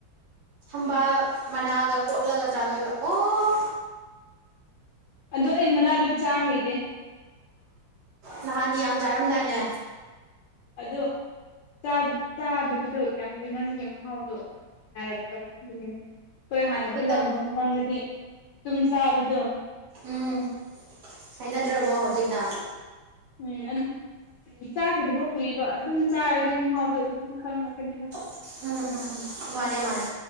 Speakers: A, on the right; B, on the left.
A: ꯊꯝꯕꯥꯜ ꯃꯅꯥꯒ ꯀꯣꯠꯂꯒ ꯆꯥꯗꯣꯏꯕ ꯑꯣ
B: ꯑꯗꯣ ꯑꯩ ꯃꯅꯥꯗꯨ ꯆꯥ ꯍꯩꯇꯦ
A: ꯅꯍꯥꯟꯗꯤ ꯌꯥꯝ ꯆꯥꯔꯝꯗꯥꯏꯅꯦ
B: ꯑꯗꯣ ꯆꯥꯗ-ꯆꯥꯗꯕꯗꯣ ꯀꯌꯥꯝ ꯀꯨꯏꯃꯟꯕꯒꯤ ꯃꯍꯥꯎꯗꯣ ꯑꯥ ꯍꯩꯅꯔꯛꯇ꯭ꯔꯕ ꯑꯗꯨꯒꯤꯅꯤꯗ ꯑꯩꯈꯣꯏ ꯍꯥꯟꯅ
A: ꯍꯩꯇꯝ
B: ꯄꯨꯜꯂꯝꯕ ꯃꯇꯝꯗꯗꯤ ꯑꯗꯨꯝ ꯆꯥꯕꯗꯣ
A: ꯎꯝ ꯍꯩꯅꯗ꯭ꯔꯕꯣ ꯍꯧꯖꯤꯛꯅ
B: ꯎꯝ ꯑ ꯆꯥꯈꯤꯗꯕ ꯀꯨꯏꯕ ꯑꯗꯨꯝ ꯆꯥꯔꯗꯤ ꯃꯍꯥꯎꯗꯣ ꯑꯗꯨꯝ ꯈꯪꯉꯛꯀꯅꯤꯕ
A: ꯎꯝ ꯎꯝ ꯎꯝ ꯃꯥꯅꯦ ꯃꯥꯅꯦ